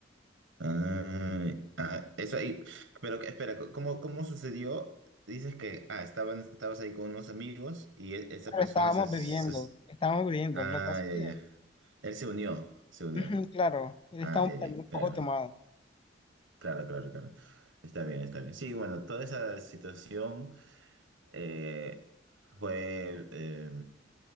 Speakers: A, on the right; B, on the left.
A: Ah, ah, eso ahí. Pero que- espera, ¿cómo, cómo sucedió? Dices que, ah, estaban, estabas ahí con unos amigos y e- esa
B: Pero
A: persona
B: estábamos
A: se, se-
B: bebiendo, estábamos bebiendo,
A: Ah,
B: lo que pasa
A: ya,
B: es
A: ya. Él se unió, se unió.
B: que, ujú, claro, él
A: Ah,
B: estaba
A: ya, ya,
B: también un
A: claro,
B: poco tomado,
A: claro, claro, claro. Está bien, está bien. Sí, bueno, toda esa situación eh, fue... eh,